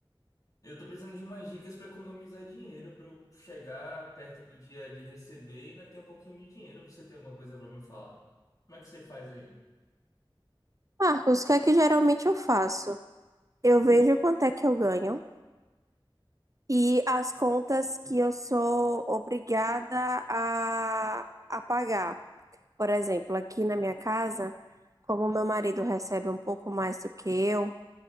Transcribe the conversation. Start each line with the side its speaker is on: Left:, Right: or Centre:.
Left: Eu tô precisando de umas dicas para economizar dinheiro, para eu chegar perto do dia de receber e ainda ter um pouquinho de dinheiro. Você tem alguma coisa para me falar? Como é que você faz aí?
Right: Marcos, o que é que geralmente eu faço? Eu vejo quanto é que eu ganho e as contas que eu sou obrigada a, a pagar. Por exemplo, aqui na minha casa, como meu marido recebe um pouco mais do que eu,